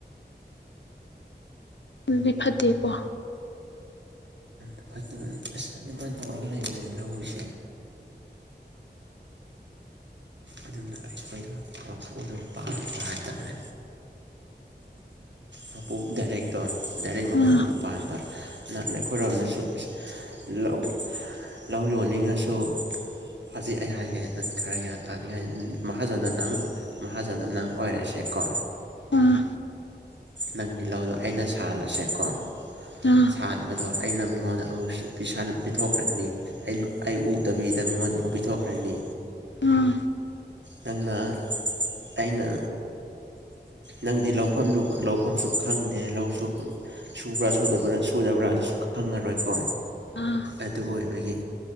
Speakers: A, on the left (about 80°); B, on the right (about 80°).
A: ꯑꯗꯨꯗꯤ ꯐꯠꯇꯦꯀꯣ
B: ꯎ ꯐꯠꯇꯕꯅꯤ ꯑꯁ ꯑꯗꯨꯃꯥꯏꯅ ꯇꯧꯔꯒ ꯂꯩꯕꯅꯦ ꯂꯧꯎꯁꯦ ꯑꯗꯨꯅ ꯑꯩꯈꯣꯏꯗ ꯃꯨꯗꯣ ꯄꯥꯝꯕ ꯍꯥꯏꯇꯥꯔꯦ ꯃꯄꯨ ꯗꯥꯏꯔꯦꯛꯇꯣ ꯗꯥꯏꯔꯦꯛ ꯃꯄꯨꯗꯣ
A: ꯑꯥ
B: ꯄꯥꯟꯕ ꯅꯍꯥꯟ ꯑꯩꯈꯣꯏꯔꯣꯝꯗꯁꯨ ꯂꯧ ꯂꯧ ꯌꯣꯟꯅꯤꯡꯉꯁꯨ ꯐꯥꯖꯩ ꯑꯩ ꯍꯥꯏꯒꯦ ꯅꯪ ꯈꯔ ꯒ꯭ꯌꯥꯟ ꯇꯥꯅꯤꯡꯉꯥꯏ ꯃꯍꯥꯖꯣꯟꯅ ꯅꯪ ꯃꯍꯥꯖꯅ ꯅꯪ ꯑꯣꯏꯔꯁꯦꯀꯣ
A: ꯑꯥ
B: ꯅꯪ ꯇꯤꯜꯍꯧꯗꯣ ꯑꯩꯅ ꯁꯥꯟꯂꯁꯦꯀꯣ
A: ꯑꯥ
B: ꯁꯥꯟꯕꯗ ꯑꯗꯣ ꯑꯩꯅ ꯃꯤꯉꯣꯟꯗ ꯑꯃꯨꯛ ꯄꯤꯊꯣꯛꯈ꯭ꯔꯅꯤ ꯑꯩ ꯎꯗꯕꯤꯗ ꯃꯤꯉꯣꯟꯗ ꯑꯃꯨꯛ ꯄꯤꯊꯣꯛꯈ꯭ꯔꯅꯤ
A: ꯑꯥ
B: ꯅꯪꯅ ꯑꯩꯅ ꯅꯪꯗꯤ ꯂꯧꯐꯝꯗꯨ ꯂꯧꯐꯝꯁꯨ ꯈꯪꯗꯦ ꯂꯧꯁꯨ ꯁꯨꯕ꯭ꯔꯥ ꯁꯨꯗꯕ꯭ꯔꯥ ꯑꯗꯨꯁꯨ ꯈꯪꯉꯔꯣꯏꯀꯣ
A: ꯑꯥ
B: ꯑꯗꯨ ꯑꯣꯏꯕꯒꯤ